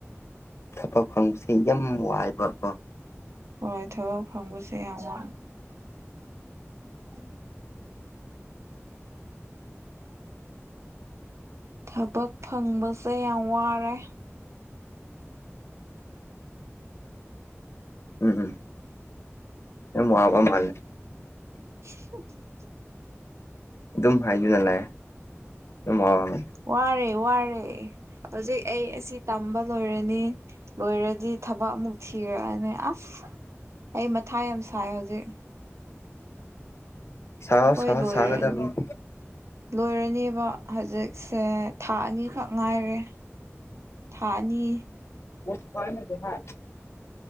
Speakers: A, on the left (about 60°); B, on the right (about 70°).
A: ꯊꯕꯛ ꯐꯪꯕꯁꯦ ꯌꯥꯝ ꯋꯥꯏꯕꯀꯣ
B: ꯍꯣꯏ ꯊꯕꯛ ꯐꯪꯕꯁꯦ ꯌꯥꯝ ꯋꯥꯏ ꯎꯝ ꯊꯕꯛ ꯐꯪꯕꯁꯦ ꯌꯥꯝ ꯋꯥꯔꯦ
A: ꯎꯝ ꯎꯝ ꯌꯥꯝ ꯋꯥꯕ ꯃꯥꯜꯂꯦ
B: <unintelligible>
A: ꯑꯗꯨꯝ ꯍꯥꯏꯗꯨꯅ ꯂꯥꯛꯑꯦ ꯑꯗꯨꯝ
B: ꯋꯥꯔꯦ ꯋꯥꯔꯦ ꯍꯧꯖꯤꯛ ꯑꯩ ꯑꯁꯤ ꯇꯝꯕ ꯂꯣꯏꯔꯅꯤ ꯂꯣꯏꯔꯗꯤ ꯊꯕꯛ ꯑꯃꯨꯛ ꯊꯤꯔꯛꯑꯅꯤ ꯑꯁ ꯑꯩ ꯃꯊꯥ ꯌꯥꯝ ꯁꯥꯏ ꯍꯧꯖꯤꯛ
A: ꯁꯥꯎ
B: ꯑꯈꯣꯏ
A: ꯁꯥꯎ
B: ꯂꯣꯏꯔꯅꯤ
A: ꯁꯥꯒꯗꯕꯅꯤ
B: ꯂꯣꯏꯔꯅꯦꯕ ꯍꯧꯖꯤꯛꯁꯦ ꯊꯥ ꯑꯅꯤꯈꯛ ꯉꯥꯏꯔꯦ ꯊꯥ ꯑꯅꯤ
A: <unintelligible>